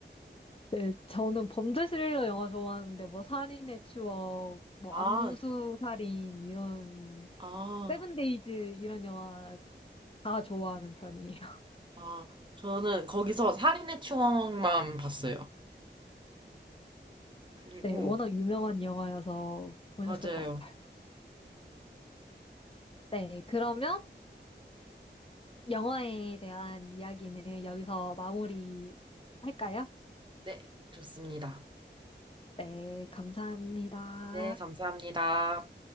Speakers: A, on the left; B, on the right.
A: 네, 저는 범죄 스릴러 영화 좋아하는데 뭐 살인의 추억, 뭐
B: 아,
A: 암수 살인 이런
B: 아,
A: 세븐데이즈 이런 영화 다 좋아하는 편이에요. <laughs>
B: 아. 저는 거기서 살인의 추억만 봤어요. 그리고,
A: 네, 워낙 유명한 영화여서 보셨을
B: 맞아요.
A: 것 같아요. 네, 그러면 영화에 대한 이야기는 여기서 마무리 할까요?
B: 네, 좋습니다.
A: 네, 감사합니다.
B: 네, 감사합니다.